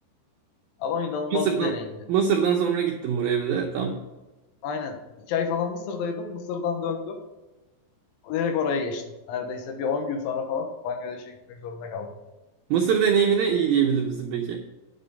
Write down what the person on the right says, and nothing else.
Mısır'dan
Mısır'dan sonra gittim buraya bir de. Tam.
Mısır deneyimine iyi diyebilir misin peki?